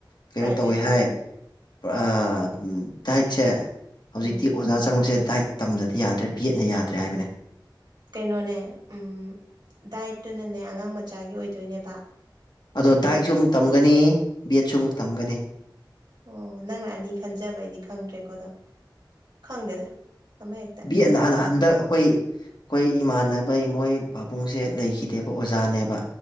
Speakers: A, on the left; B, on the right.
A: ꯀꯩꯅꯣ
B: ꯄ꯭ꯔꯥꯏꯚꯦꯠꯇ
A: ꯇꯧꯋꯦ ꯍꯥꯏ ꯄ ꯑꯗꯨꯝ ꯗꯥꯏꯠꯁꯦ ꯍꯧꯖꯤꯛꯇꯤ
B: ꯎꯝ
A: ꯑꯣꯖꯥ ꯆꯪꯕꯁꯦ ꯗꯥꯏꯠ ꯇꯝꯗꯗꯤ ꯌꯥꯗ꯭ꯔꯦ ꯕꯦꯠꯅ ꯌꯥꯗ꯭ꯔꯦ ꯍꯥꯏꯕꯅꯦ
B: ꯀꯩꯅꯣꯅꯦ ꯎꯝ ꯗꯥꯏꯠꯇꯨꯅꯅꯦ ꯑꯉꯥꯡ ꯃꯆꯥꯒꯤ ꯑꯣꯏꯗꯣꯏꯅꯦꯕ
A: ꯑꯗꯣ
B: ꯁ꯭ꯀꯨꯜꯒꯤ
A: ꯗꯥꯏꯛꯁꯨ ꯑꯃꯨꯛ ꯇꯝꯒꯅꯤ ꯕꯦꯠꯁꯨ ꯑꯃꯨꯛ ꯇꯝꯒꯅꯤ
B: ꯑꯣ ꯅꯪꯅ ꯑꯅꯤ ꯈꯟꯖꯕ ꯑꯩꯗꯤ ꯈꯪꯗ꯭ꯔꯦꯀꯣ ꯑꯗꯣ ꯈꯪꯗꯦꯗ ꯑꯃ ꯍꯦꯛꯇ
A: ꯕꯤ
B: ꯅꯪꯅ
A: ꯑꯦꯗꯅ
B: ꯑꯄꯥꯝꯕꯅꯦ
A: ꯍꯟ ꯍꯟꯗꯛ ꯑꯩꯈꯣꯏ ꯑꯩꯈꯣꯏ ꯏꯃꯥꯟꯅꯕꯩ ꯃꯣꯏ ꯄꯥꯕꯨꯡꯁꯦ ꯂꯩꯈꯤꯗꯦꯕ ꯑꯣꯖꯥꯅꯦꯕ